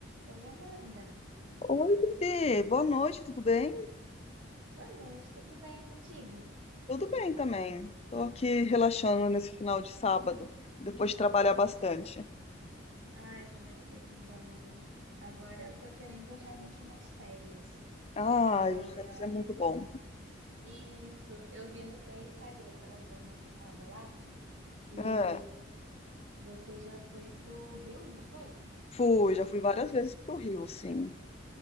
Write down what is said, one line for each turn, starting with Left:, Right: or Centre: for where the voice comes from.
Right: Oi, Amanda.
Left: Oi, Gabi, boa noite, tudo bem?
Right: Boa noite, tudo bem contigo?
Left: Tudo bem também. Tô aqui relaxando nesse final de sábado, depois de trabalhar bastante.
Right: Ah, eu também tô precisando, viu? Agora eu tô querendo realmente umas férias.
Left: Ai,
Right: É...
Left: férias é muito bom.
Right: Isso, eu vi no teu Instagram, eu tava dando uma fuçada lá, e
Left: É,
Right: você já foi pro Rio, não foi?
Left: fui, já fui várias vezes pro Rio, sim.